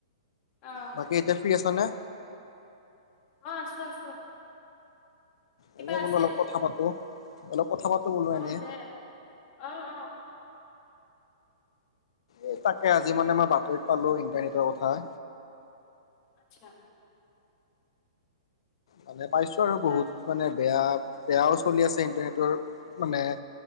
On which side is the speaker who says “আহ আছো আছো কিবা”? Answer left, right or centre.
Left